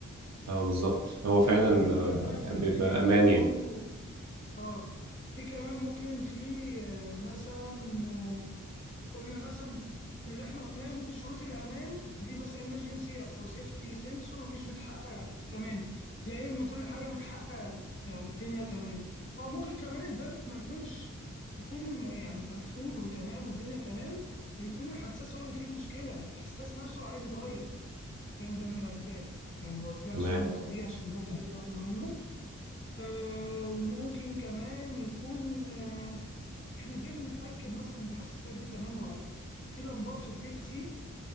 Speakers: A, on the right; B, on the left.
A: اه بالظبط هو فعلا
B: آه، بقول
A: آه،
B: لك مثلا
A: بيبقى
B: في حاجة
A: امان
B: برضو
A: يعني
B: اه في كمان ممكن في آه، مثلا آه، قلنا مثلا اللي احنا قلناه ممكن شروط الامان دي مثلا امرجنسي او سيفتي سنسور مش متحققه تمام لقينا ان كل حاجه متحققه يعني الدنيا تمام او ممكن كمان الباب ما يكونش يكون يعني مقفول وتمام والدنيا تمام ويكون الحساس هو اللي فيه مشكله يعني الحساس نفسه عايز يتغير يعني ده من اسباب يعني ما قلتلكش
A: تمام
B: النقطه دي عشان النقطه دي برضه مهمه آه وممكن كمان يكون آه احنا ازاي بنتاكد مثلا إن الحساسات دي تمام ولا لا في لمبات في البي ال سي